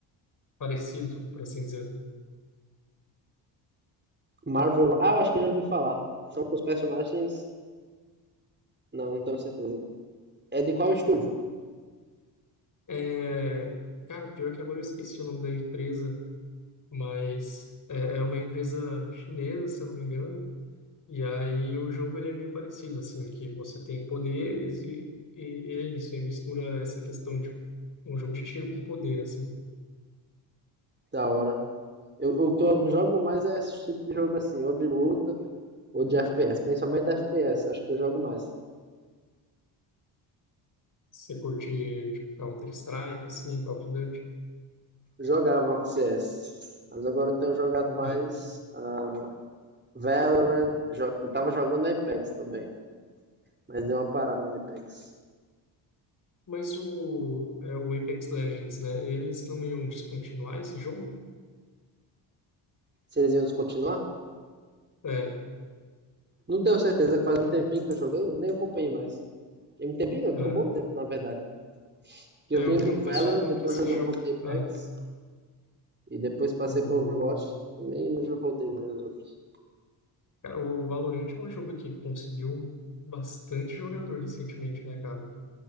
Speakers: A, on the left; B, on the right.
A: parecido, por assim dizer. né?
B: Marvel. Ah, eu acho que eu já ouvi falar. São com os personagens. Não, não tenho certeza. É de qual estúdio?
A: É, cara, o pior é que agora eu esqueci o nome da empresa, mas é, é uma empresa chinesa, se eu não me engano. E aí o jogo ele é meio parecido, assim, que você tem poderes e, e, e é isso. E mistura essa questão de um jogo de tiro com poder, assim.
B: Da hora. Eu, o que eu jogo mais é esse tipo de jogo assim, ou de luta, ou de FPS. Principalmente FPS, acho que eu jogo mais.
A: Você curte tipo, Counter-Strike, assim, Call of Duty.
B: Jogava CS, mas agora eu tenho jogado mais
A: Ah,
B: ah, Valorant. Jo- Eu tava jogando Apex também, mas deu uma parada no Apex.
A: Mas o, é, o Apex Legends, né? Eles não iam descontinuar esse jogo?
B: Se eles iam descontinuar?
A: É,
B: Não tenho certeza, faz um tempinho que eu joguei, eu nem acompanhei mais. Tem um tempinho não,
A: é.
B: tem um bom tempo, na verdade. Porque
A: É,
B: eu vim
A: eu
B: do
A: vi um
B: Valorant,
A: pessoal falando
B: depois
A: que esse
B: joguei
A: jogo.
B: um pouco de Apex,
A: ah,
B: e depois passei
A: O,
B: pro Overwatch, e nem já voltei mais nos outros.
A: cara, o Valorant é um jogo que conseguiu bastante jogador recentemente, né, cara?